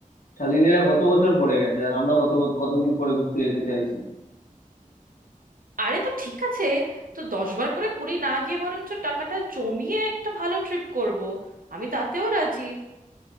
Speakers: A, on the left; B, on the right.
A: শালিনীরা কত বছর পরে গেছে আর আমরা কত কতদিন পরে ঘুরতে যেতে চাইছি
B: আরে তো ঠিক আছে তো দশবার করে পুরি না গিয়ে বরঞ্চ টাকাটা জমিয়ে একটা ভালো ট্রিপ করব আমি তাতেও রাজি